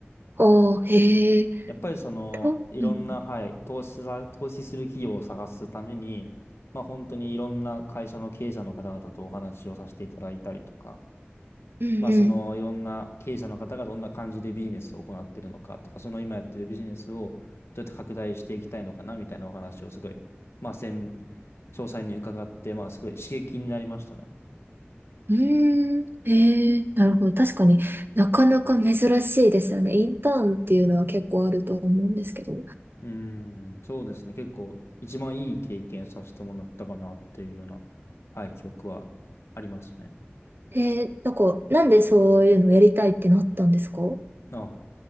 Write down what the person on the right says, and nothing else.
ああ、へえ、
と、
うん、
うん、
うん。
うーん、へえ、なるほど。確かになかなか珍しいですよね。インターンっていうのは結構あると思うんですけど。
へえ、なんか、なんでそういうのやりたいってなったんですか